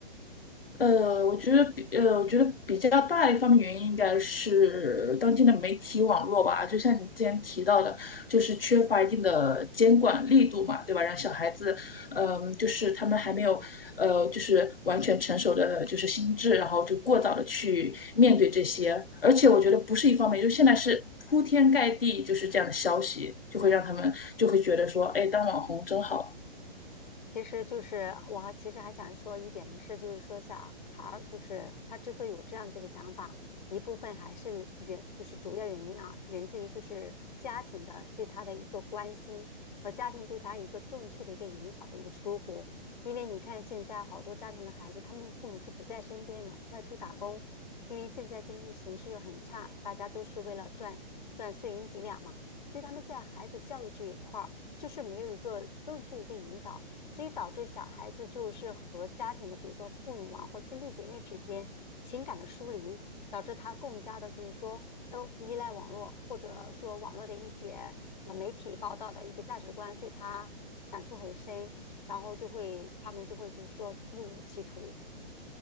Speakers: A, on the left; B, on the left.
A: 呃，我觉得比呃，我觉得比较大的一方面原因应该是当今的媒体网络吧，就像你之前提到的，就是缺乏一定的监管力度嘛，对吧？让小孩子，嗯、就是他们还没有，呃，就是完全成熟的就是心智，然后就过早的去面对这些，而且我觉得不是一方面，就现在是。铺天盖地就是这样的消息，就会让他们就会觉得说，哎，当网红真好。
B: 其实就是我还其实还想说一点的是，就是说小孩儿就是他之所以有这样子一个想法，一部分还是源就是主要原因啊，源自于就是家庭的对他的一个关心和家庭对他一个正确的一个引导的一个疏忽。因为你看现在好多家庭的孩子，他们父母是不在身边的，外出打工，因为现在经济形势又很差，大家都是为了赚赚碎银几两嘛，所以他们在孩子教育这一块儿。就是没有一个正确的一个引导，所以导致小孩子就是和家庭的，比如说父母啊或兄弟姐妹之间情感的疏离，导致他更加的就是说，哦，依赖网络，或者说网络的一些呃媒体报道的一个价值观对他感触很深，然后就会他们就会就是说误入歧途。